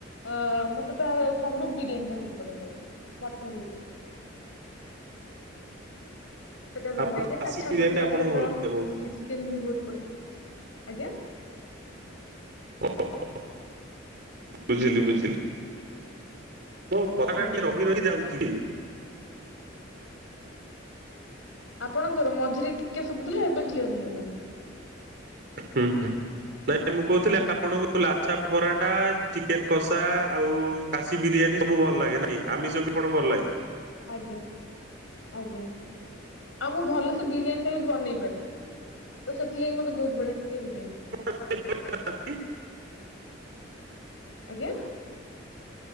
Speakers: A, on the left; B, on the right.
A: ଅ ମତେ ତା ସବୁଠୁ ବିରିୟାନୀ ଟା ବହୁତ ବଢିଆ ଲାଗେ ମଟନ୍ ବିରିୟାନୀ। ସେଟା ଭଲ
B: ଆପଣ
A: ଲାଗେ
B: ଖାସି
A: ଲାଛା
B: ବିରିୟାନୀ
A: ପରଟା
B: ଟା ଆପଣଙ୍କୁ
A: ସହିତ
B: ଭଲ ଲାଗେ
A: ଚିଲି
B: ବହୁତ
A: ଚିକେନ ବି ବହୁତ ବଢିଆ ଆଜ୍ଞା?
B: <unintelligible> ବୁଝିଲି ବୁଝିଲି। ମୋ କଥା ଟା
A: ଆଜ୍ଞା
B: ଟିକେ ରହି ରହି ଯାଉଛି।
A: ଆପଣଙ୍କର ମଝିରେ ଟିକେ ଶୁଭୁଥିଲା ଏବେ କ୍ଲିୟର ହେଇଗଲାଣି। <inaudible>
B: ହୁଁ। ନାଇଁ ମୁଁ କହୁଥିଲି ଆପଣଙ୍କୁ ଲାଛା ପରାଟା ଚିକେନ କସା ଆଉ ଖାସି ବିରିୟାନୀ ସବୁ ଭଲ ଲାଗେ ନାହିଁକି ଆମିଷ ବି ପଣଙ୍କୁ ଭଲ ଲାଗେ।
A: ଆଜ୍ଞା ଆଜ୍ଞା। ଆଉ ମୁଁ ଭଲ ସେ ବିରିୟାନୀ ଟା ବି ବନେଇ ପାରେ ତ ସେଥିଲାଗି ମତେ ବହୁତ ବଢିଆ ଲାଗେ ବିରିୟାନୀ ଖାଇ।
B: <unintelligible>
A: ଆଜ୍ଞା?